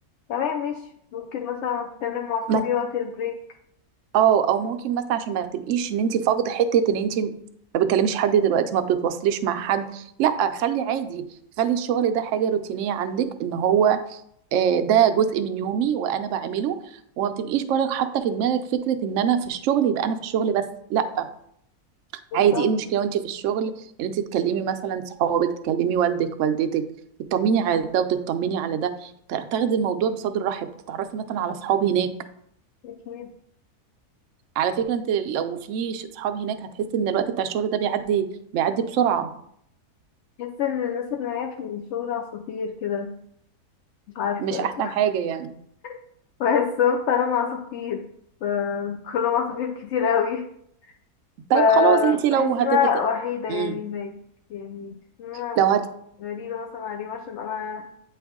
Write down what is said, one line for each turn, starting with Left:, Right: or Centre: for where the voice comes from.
Left: تمام ماشي ممكن مثلا أتكلم مع صحابي
Right: ما
Left: وقت البريك
Right: اه او ممكن مثلا عشان ما تبقيش ان انت فاقده حته ان انت ما بتكلميش حد دلوقتي ما بتتواصليش مع حد لا خلي عادي خلي الشغل ده حاجه روتينيه عندك ان هو آه، ده جزء من يومي وانا بعمله وما بتبقيش برك حاطه في دماغك فكره ان انا في الشغل يبقى انا في الشغل بس لا
Left: بالظبط
Right: عادي ايه المشكله وانت في الشغل ان انت تكلمي مثلا صحابك تكلمي والدك والدتك تطمني على ده وتطمني على ده تاخدي الموضوع بصدر رحب تتعرفي مثلا على صحاب هناك
Left: أكيد
Right: على فكرة انت لو في ش- صحاب هناك هتحس ان الوقت بتاع الشغل ده بيعدي بيعدي بسرعة
Left: بحس إن الناس اللي معايا في الشغل عصافير كده مش عارفة
Right: مش احسن حاجة يعني
Left: <laughs> بحسهم فعلا عصافير ف- كلهم عصافير كتير أوي
Right: طيب
Left: فبحس
Right: خلاص انت لو هتتج...
Left: إن أنا وحيدة يعني
Right: مم.
Left: هناك يعني بحس إن أنا
Right: لو
Left: غريبة مثلا عليهم عشان أنا